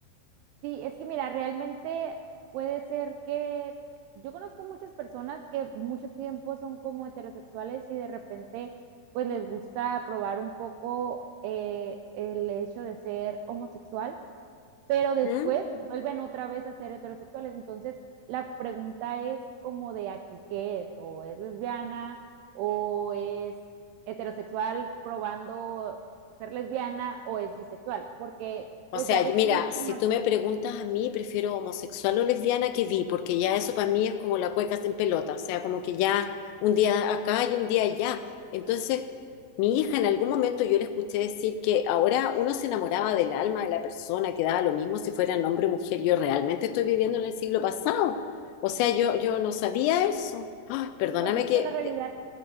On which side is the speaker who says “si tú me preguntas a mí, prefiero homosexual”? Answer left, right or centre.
Left